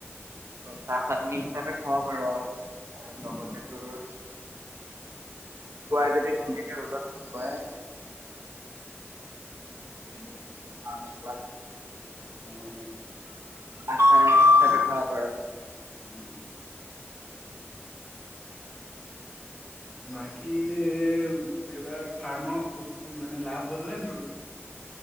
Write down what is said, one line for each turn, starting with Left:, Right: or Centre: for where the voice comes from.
Right: কেঁচা চাটনি হিচাপে খাব পাৰ আৰু। আৰু লগতে
Centre: অ অ
Right: তোৰ শুকুৱাই যদি ধুনীয়াকে ৰ'দত শুকুৱাই <unintelligible> মা-মছলা দি <inaudible>
Centre: অ অ
Right: আচাৰ হিচাপে খাব পাৰে।
Centre: উম বাকী এনে এইবাৰ ফাৰ্মত মানে লাভ হ'ল ন তোৰ।